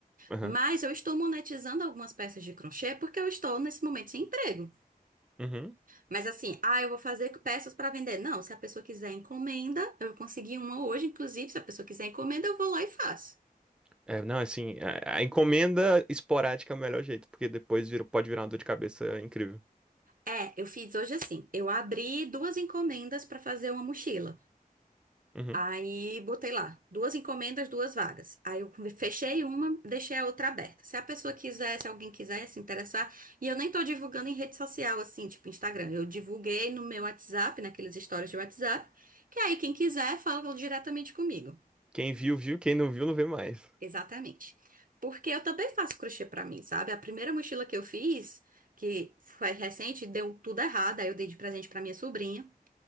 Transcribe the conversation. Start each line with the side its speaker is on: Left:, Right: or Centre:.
Centre: aham.
Right: Mas eu estou monetizando algumas peças de crochê porque eu estou nesse momento sem emprego.
Centre: Uhum.
Right: Mas assim, ah, eu vou fazer peças para vender. Não, se a pessoa quiser encomenda, eu consegui uma hoje, inclusive, se a pessoa quiser encomenda, eu vou lá e faço.
Centre: É, não, assim, a, a encomenda esporádica é o melhor jeito, porque depois vira- pode virar uma dor de cabeça incrível.
Right: É, eu fiz hoje assim. Eu abri duas encomendas para fazer uma mochila.
Centre: Uhum.
Right: Aí botei lá, duas encomendas, duas vagas. Aí eu fechei uma, deixei a outra aberta. Se a pessoa quiser, se alguém quiser se interessar, e eu nem tô divulgando em rede social, assim, tipo Instagram. Eu divulguei no meu WhatsApp, naqueles stories de WhatsApp, que aí quem quiser fala diretamente comigo.
Centre: Quem viu, viu. Quem não viu, não vê mais.
Right: Exatamente. Porque eu também faço crochê pra mim, sabe? A primeira mochila que eu fiz, que foi recente, deu tudo errado, aí eu dei de presente pra minha sobrinha.